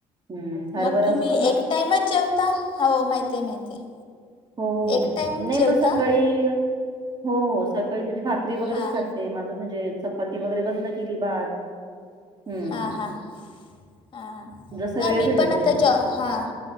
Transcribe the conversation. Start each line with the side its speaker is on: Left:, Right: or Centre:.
Right: हम्म हरभरा
Left: मग तुम्ही
Right: असतो ना
Left: एक टाइमच जेवता हो माहिती आहे माहिती आहे.
Right: हो हो
Left: एक टाईम
Right: नाही
Left: जेवता
Right: मग सकाळी हो हो सकाळी म्हणजे भाकरी वगैरेच
Left: हां
Right: खाते माझं म्हणजे चपाती वगैरे बंद केली भात. हम्म
Left: हा हा. <inaudible> हां
Right: जसं
Left: नाही
Right: वेळ
Left: मी
Right: भेटल
Left: पण
Right: म्हणजे
Left: आता
Right: तसं
Left: जॉ, हां